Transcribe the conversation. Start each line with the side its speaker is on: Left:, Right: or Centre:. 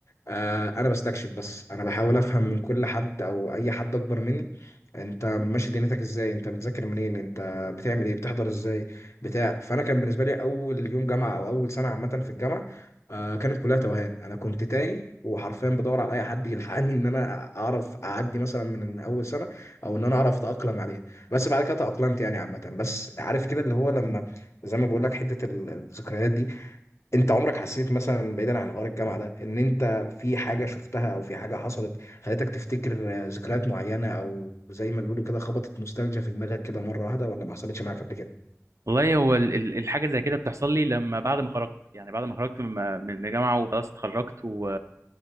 Left: آه، انا بستكشف بس انا بحاول افهم من كل حد او اي حد اكبر مني انت ماشي دنيتك ازاي انت بتذاكر منين انت بتعمل ايه بتحضر ازاي بتاع فانا كان بالنسبه لي اول يوم جامعه او اول سنه عامه في الجامعه آه، كانت كلها توهان انا كنت تايه وحرفيا بدور على اي حد يلحقني ان انا اعرف اعدي مثلا من اول سنه او ان انا اعرف اتاقلم عليها بس بعد كده تاقلمت يعني عامه بس عارف كده اللي هو لما زي ما بقول لك حته ال- الذكريات دي انت عمرك حسيت مثلا بعيدا عن غار الجامعه ده ان انت في حاجه شفتها او في حاجه حصلت خلتك تفتكر آه، ذكريات معينه او زي ما بيقولوا كده خبطت نوستالجيا في دماغك كده مره واحده ولا ما حصلتش معاك قبل كده؟
Right: والله هو ال- ال- الحاجه زي كده بتحصل لي لما بعد ما خرجت يعني بعد ما خرجت من من الجامعه وخلاص اتخرجت و...